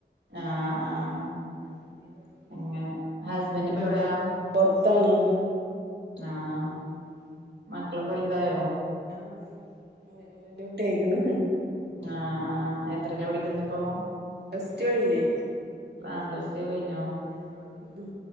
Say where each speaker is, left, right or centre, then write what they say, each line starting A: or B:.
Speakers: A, on the right; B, on the right.
A: ആഹ് ആഹ്
B: ഞാൻ തീരെ വർക്കിന്
A: അങ്ങനെ
B: പോയി
A: ഹസ്ബൻഡ് ഇപ്പൊ എവിടെയാ
B: പൊറത്താണ്
A: ആഹ്
B: ഉം
A: മക്കളൊക്കെ വലുതായോ
B: ആഹ് വലിയ ഓട്ട ആയിക്കണ്
A: ആഹ് ആഹ് എത്രലാ പഠിക്കുന്ന ഇപ്പോ
B: പ്ല്സ് ടു കഴിഞ്ഞ്
A: ആഹ് പ്ലസ് ടു ഒക്കെ കഴിഞ്ഞോ
B: ആഹ്